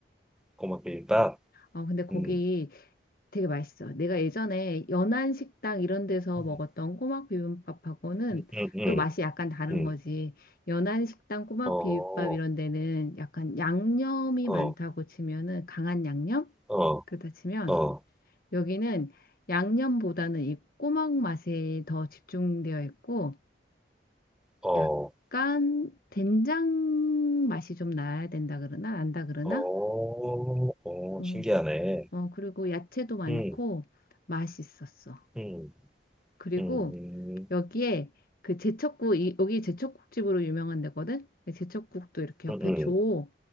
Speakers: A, in the centre; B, on the left.
A: 고맙 비빔밥.
B: 어, 근데 거기
A: 음.
B: 되게 맛있어. 내가 예전에 연안식당 이런 데서
A: 음,
B: 먹었던 꼬막 비빔밥하고는
A: 음, 음. 음.
B: 또 맛이 약간 다른
A: 음.
B: 거지. 연안식당 꼬막
A: 어,
B: 비빔밥 이런 데는 약간 양념이
A: 어,
B: 많다고 치면은 강한 양념?
A: 어,
B: 그렇다 치면
A: 어,
B: 여기는 양념보다는 이 꼬막 맛에 더 집중되어 있고
A: 어,
B: 약간 된장 맛이 좀 나야 된다 그러나 안다 그러나
A: 어, 어,
B: 어,
A: 신기하네.
B: 어, 그리고 야채도 많고
A: 음,
B: 맛있었어.
A: 음,
B: 그리고
A: 음,
B: 여기에 그 제첩국 이, 여기 제첩국집으로 유명한 데거든. 제첩국도 이렇게 옆에
A: 음,
B: 줘.